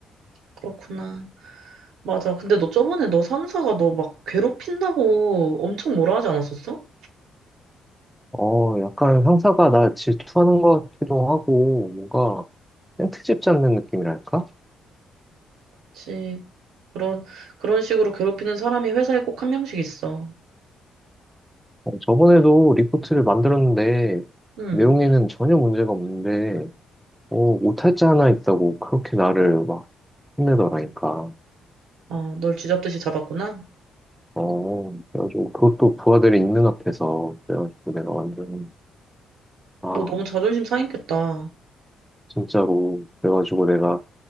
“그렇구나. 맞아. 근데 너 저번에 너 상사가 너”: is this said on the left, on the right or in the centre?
Right